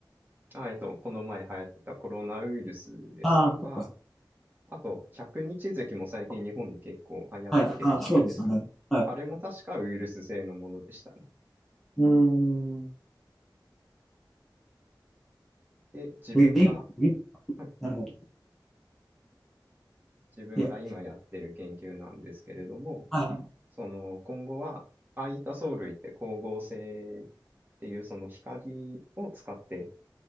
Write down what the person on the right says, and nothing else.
あ、えっと、この前流行ってたコロナウイルスですとか、
あと、百日月も最近日本で結構流行ってるじゃないですか。
あれも確かウイルス性のものでしたね。
で、自分が、
はい、
自分が今やってる研究なんですけれども、
その今後は、ああいった藻類って光合成っていうその光を使って